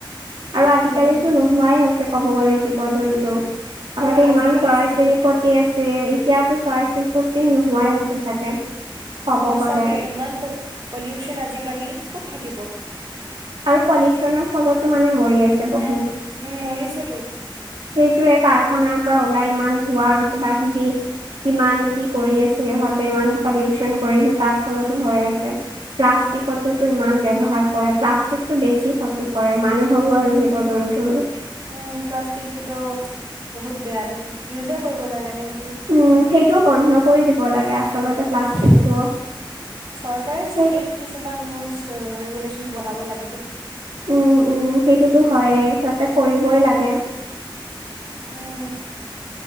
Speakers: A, on the right; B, on the right.
A: আৰু আজিকালিতো
B: উম
A: নোহোৱাই হৈছে ক'ব গ'লে জীৱ-জন্তু, আগতে
B: আৰু আজিকালি
A: ইমান চৰাই-চিৰিকতি
B: জীৱ জন্তুবোৰ
A: আছে এতিয়াতো চৰাই-চিৰিকতি নোহোৱাই হৈছে চাগে। ক'ব
B: অ, সচাকে
A: গ'লে
B: ইমান প-পলিউচন আজিকালি ক'ত থাকিব!
A: আৰু পলিউচনৰ ফলতো মানে মৰি আছে বহুত।
B: উম মৰিছেতো
A: সেইটোয়ে কাৰখানাৰ পৰা ওলাই ইমান ধোৱা আৰু কিবা-কিবি ইমান
B: উম
A: কি কৰি আছে ইহঁতে, ইমান পলিউচন কৰি আছে, তাৰ ফলতো হৈ আছে। প্লাষ্টিকটো টো ইমান ব্যৱহাৰ কৰে, প্লাছ ষ্টিক টো বেছি ক্ষতি কৰে, মানুহৰো আৰু জীৱ-জন্তুৰো।
B: উম, প্লাষ্টিকটোতো বহুত বেয়া দে, ইউজে কৰিব নালাগে সেইটো।
A: উম, সেইটো বন্ধ কৰি দিব লাগে, আচলতে প্লাষ্টিকটো।
B: চৰকাৰে ষ্ট্ৰিক্ট
A: সেই
B: কিছুমান ৰোলছ-ৰেগুলেশ্যন বনাব লাগে দেই।
A: উম, উম, সেইটোতো হয়য়ে, সিহঁতে কৰিবই লাগে
B: উম,